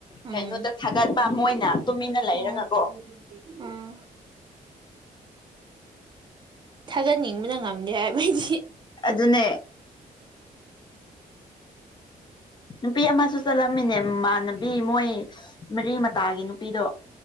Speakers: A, on the right; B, on the left.
A: ꯎꯝ
B: ꯀꯩꯅꯣꯗ ꯊꯥꯒꯠꯄ ꯃꯣꯏꯅ ꯇꯨꯃꯤꯟꯅ ꯂꯩꯔꯒꯀꯣ
A: ꯎꯝ ꯎꯝ ꯊꯥꯒꯠꯅꯤꯡꯕꯅ ꯉꯝꯗꯦ ꯍꯥꯏꯕꯩꯗꯤ
B: ꯑꯗꯨꯅꯦ ꯅꯨꯄꯤ ꯑꯃꯁꯨ ꯆꯠꯂꯝꯃꯤꯅꯦ ꯃꯃꯥꯟꯅꯕꯤ ꯃꯣꯏ ꯃꯔꯤ ꯃꯇꯥꯒꯤ ꯅꯨꯄꯤꯗꯣ